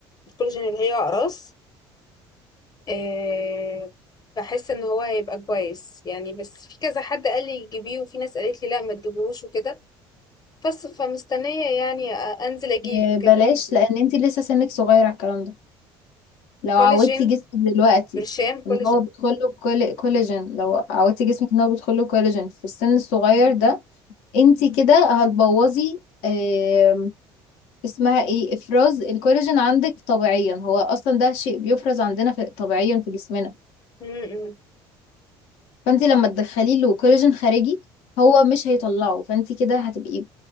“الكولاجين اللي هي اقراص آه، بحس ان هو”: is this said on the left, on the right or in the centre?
Left